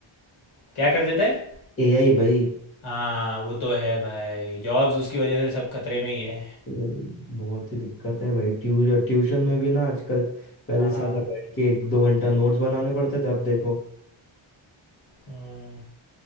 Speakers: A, on the left; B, on the left.
A: क्या कर देता है
B: एआई भाई
A: हाँ वो तो है भाई जॉब्स उसकी वजह से सब खतरे में ही है
B: भाई, बहुत ही दिक्कत है भाई ट्यू ट्यूशन में भी ना आजकल पहले
A: हाँ
B: साला बैठ के एक दो घंटा नोट्स बनाने पड़ते थे अब देखो
A: हम्म,